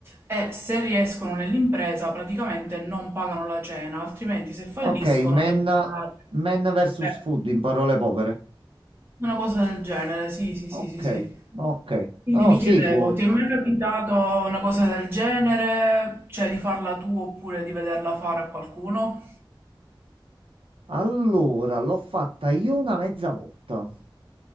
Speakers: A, on the right; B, on the right.
A: e se riescono nell'impresa praticamente non pagano la cena, altrimenti se falliscono
B: Ok, men,
A: devono pagare.
B: men versus
A: Eh,
B: food in parole povere.
A: una cosa del genere, sì, sì,
B: Ok,
A: sì, sì, sì.
B: ok.
A: Quindi
B: No, no,
A: mi
B: seguo.
A: chiedevo, ti è mai capitato una cosa del genere? Cioè di farla tu oppure di vederla fare a qualcuno?
B: Allora, l'ho fatta io una mezza volta.